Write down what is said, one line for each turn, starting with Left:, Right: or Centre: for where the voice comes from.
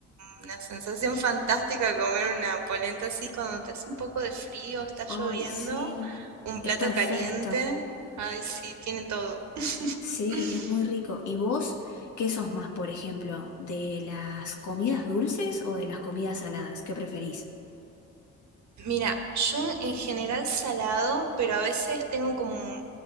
Right: una sensación fantástica comer una polenta así cuando te hace un poco de frío, está
Left: ¡Ay,
Right: lloviendo,
Left: sí!
Right: un plato
Left: Es perfecto.
Right: caliente. Ay, sí, tiene todo. <laughs>
Left: Sí, es muy rico. ¿Y vos qué sos más, por ejemplo, de las comidas dulces o de las comidas saladas? ¿Qué preferís?
Right: Mira, yo en general salado, pero a veces tengo como un,